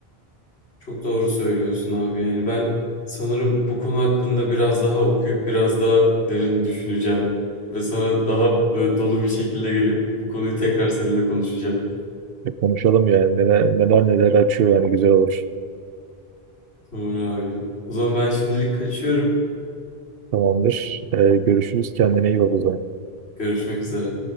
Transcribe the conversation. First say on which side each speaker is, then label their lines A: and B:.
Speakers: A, on the left; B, on the right.
A: Çok doğru söylüyorsun abi. Yani ben sanırım bu konu hakkında biraz daha okuyup biraz daha derin düşüneceğim ve sana daha böyle dolu bir şekilde gelip bu konuyu tekrar seninle konuşacağım.
B: E, konuşalım yani neler neler, neler açıyor yani güzel olur.
A: Doğru abi. O zaman ben şimdilik kaçıyorum.
B: Tamamdır. Ee, görüşürüz. Kendine iyi bak o zaman.
A: Görüşmek üzere.